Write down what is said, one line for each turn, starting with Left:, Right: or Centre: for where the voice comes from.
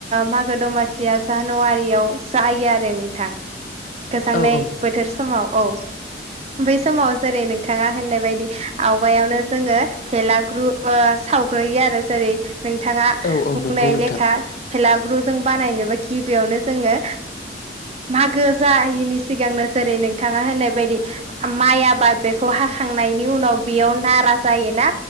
Right: मागो दमासिया जानुवारियाव जायो आरो नोंथां । गोजांनाय
Left: औ औ
Right: बोथोर समाव औ । बै समाव जेरै नोंथाङा होननाय बायदि आवगायावनो जोङो भेलाग्रु ओ सावग्रोयो आरो जेरै नोंथाङा
Left: औ औ
Right: बुंनाय
Left: नंगौ नोंथां
Right: लेखा भेलाग्रु जों बानायनोबो गिबियावनो जोंङो मागो जायिनि सिगांनो जेरै नोंथां। होननाय बायदि माइ आबाद बेखौ हाखांनायनि उनाव बेयाव नारा। जायोना